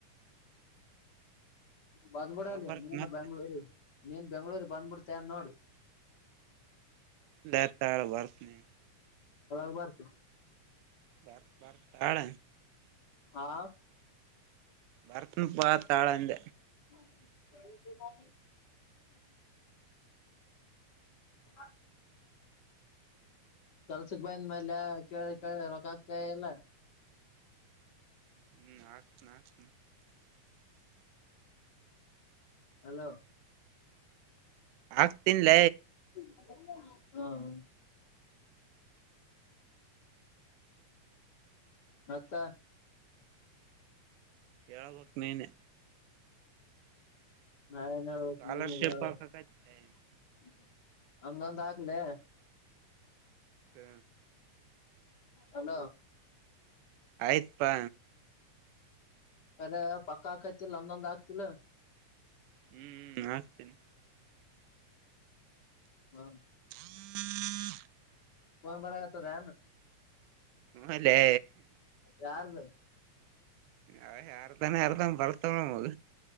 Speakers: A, on the left; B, on the right.
A: ಬಂದ ಬುಡಾಲಿ
B: ಯಾವಾಗ ಬರ್ತ್
A: ನೀನು
B: ಮತ್ತ
A: ಬಂಗ್ಳೂರಿಗೆ ನೀನ್ ಬೆಂಗಂಗಳೂರಿಗೆ ಬಂದ್ಬಿಡ್ತೇ ನೋಡಿ
B: ಭರ್ತ್ತಾಳ ಭರ್ತ್ ನೀ
A: ಅಖಬಾರಸ
B: ಬರ್ ಬರ್ ತಾಳ
A: ಹಾ
B: ಭರತನ ಪಾ ತಾಳಂದ
A: ಹ್ಮ ಹ ಕೆಲ್ಸಕ್ ಬಂದ ಮೇಲ್ಯ ಕೇಳಿ ಕೇಳ ರೊಕ್ಕ ಆ್ತ ಎಲ್ಲ
B: ಹ್ಮ್ ಆತ್ ಆತ್
A: ಹಲೋ
B: ಆಗ್ತನ್ಲ
A: ಹ್ಮ ಮತ್ತ
B: ಹಳ್ಬಕ್ ನೀನೆ
A: ನಾಯೆನ್ ಹೇಳಬೇಕು
B: ಸ್ಕಾಲರ್ಶಿಪ್
A: ನೀನೆ ಹೇಳುಅಂಗೊಂದು
B: ಹಾಕಕೈತ್ಲೆ
A: ಹಾಕ್ಲೆ
B: ಹ್ಮ
A: ಅಲ
B: ಆಯ್ತ್ಪಾ
A: ಅರೆ ಪಕ್ಕಾ ಹಾಕೈತಿ ಅಂದಂದು ಆಗ್ತಿಲ್ಲ
B: <unintelligible> ಹ್ಮ್ ಆಗ್ತೇನೆ
A: ಹಾ <inaudible>
B: <inaudible>
A: ಫೋನ್ ಬರಕತ್ತದೆ
B: ಹೂನ್ಲೇ
A: ಯಾರದು
B: ಅ ಯಾರದಾನೆ ಯಾರದನ್ ಬರ್ತಾವಣ ಮಗ